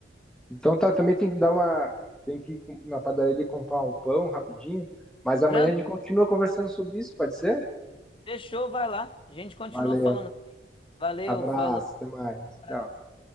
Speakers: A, in the centre; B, on the left.
A: Então tá, também tem que dar uma. Tem que ir com- na padaria comprar um pão rapidinho. Mas amanhã
B: Tranquilo,
A: a gente continua conversando sobre isso, pode ser?
B: deixou, vai lá. A gente continua
A: Valeu.
B: falando. Valeu,
A: Abraço,
B: falou,
A: até mais.
B: abraço.
A: Tchau.